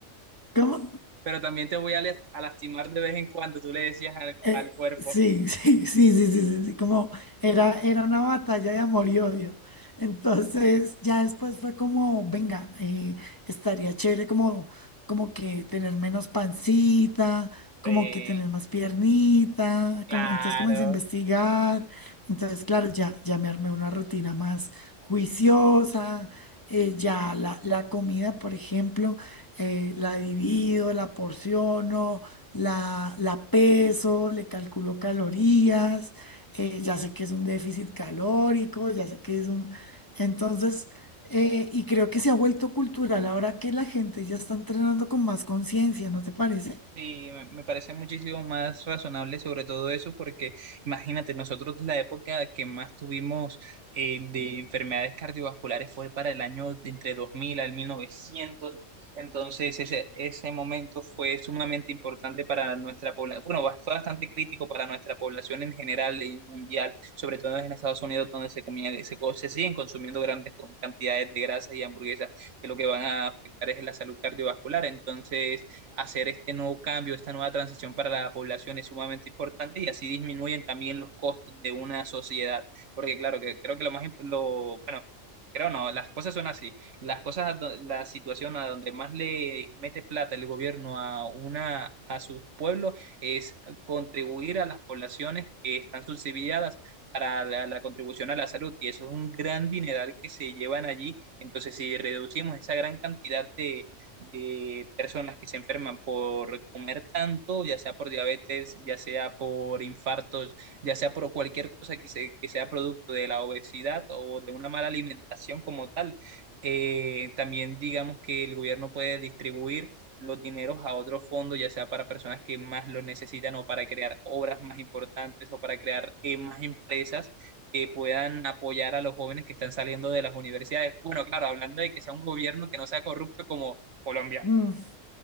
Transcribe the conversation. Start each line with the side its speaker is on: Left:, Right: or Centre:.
Left: ¿Cómo?
Right: Pero también te voy a, las- a lastimar de vez en cuando, tú le decías al,
Left: Eh,
Right: al cuerpo.
Left: sí, <laughs> sí, sí, sí, sí, sí, sí, como era, era una batalla de amor y odio. Entonces, ya después fue como, venga, eh, estaría chévere como, como que tener menos pancita, como
Right: Sí,
Left: que tener más piernita,
Right: claro.
Left: como, entonces comencé a investigar. Entonces, claro, ya, ya me armé una rutina más juiciosa. eh, ya la, la comida, por ejemplo, eh, la divido, la porciono la, la peso, le calculo calorías, eh, ya sé que es un déficit calórico, ya sé que es un... Entonces, eh, y creo que se ha vuelto cultural ahora que la gente ya está entrenando con más conciencia, ¿no te parece?
Right: Sí, me me parece muchísimo más razonable sobre todo eso, porque imagínate, nosotros la época que más tuvimos eh, de enfermedades cardiovasculares fue para el año de entre 2000 al mil novecientos entonces ese, ese momento fue sumamente importante para nuestra población, bueno, ba- fue bastante crítico para nuestra población en general y mundial, sobre todo en Estados Unidos donde se comía, se, co- se siguen consumiendo grandes con- cantidades de grasas y hamburguesas, que lo que van a afectar es la salud cardiovascular, entonces hacer este nuevo cambio, esta nueva transición para la población es sumamente importante y así disminuyen también los costos de una sociedad. Porque claro, que creo que lo más, imp- lo, bueno, creo no, las cosas son así. Las cosas, a do- la situación a donde más le mete plata el gobierno a una, a sus pueblos es contribuir a las poblaciones que están subsidiadas para la, la contribución a la salud y eso es un gran dineral que se llevan allí. Entonces, si reducimos esa gran cantidad de de personas que se enferman por comer tanto, ya sea por diabetes, ya sea por infartos, ya sea por cualquier cosa que, se- que sea producto de la obesidad o de una mala alimentación como tal. Eh, también digamos que el gobierno puede distribuir los dineros a otros fondos, ya sea para personas que más lo necesitan o para crear obras más importantes o para crear eh, más empresas que puedan apoyar a los jóvenes que están saliendo de las universidades. Bueno, claro, hablando de que sea un gobierno que no sea corrupto como Colombia.
Left: Mm.